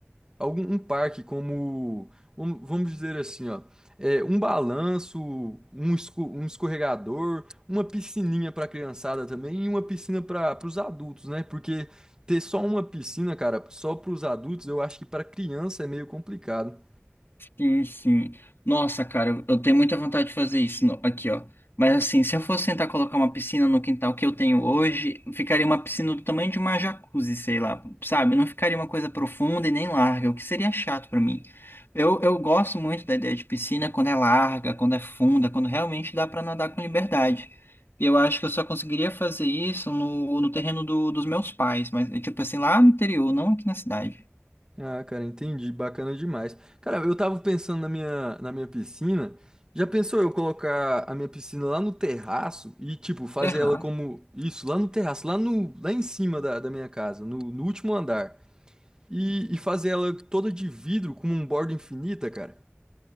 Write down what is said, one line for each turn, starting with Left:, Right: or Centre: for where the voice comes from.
Right: algum um parque como um- vamos dizer assim, ó, é, um balanço, um, esco- um escorregador, uma piscininha para criançada também e uma piscina para os adultos, né? Porque ter só uma piscina, cara, só para os adultos, eu acho que para criança é meio complicado.
Left: Sim, sim. Nossa, cara, eu eu tenho muita vontade de fazer isso no- aqui, ó. Mas assim, se eu fosse tentar colocar uma piscina no quintal que eu tenho hoje, ficaria uma piscina do tamanho de uma jacuzzi, sei lá, sabe? Não ficaria uma coisa profunda e nem larga, o que seria chato pra mim. Eu, eu gosto muito da ideia de piscina quando é larga, quando é funda, quando realmente dá pra nadar com liberdade. E eu acho que eu só conseguiria fazer isso no, no terreno do- dos meus pais, mas tipo assim, lá no interior, não aqui na cidade.
Right: Ah, cara, entendi. Bacana demais. Cara, eu tava pensando na minha, na minha piscina. Já pensou eu colocar a minha piscina lá no terraço e, tipo, fazer
Left: Errar.
Right: ela como isso, lá no terraço, lá no, lá em cima da, da minha casa, no, no último andar. E, e fazer ela toda de vidro com um borda infinita, cara.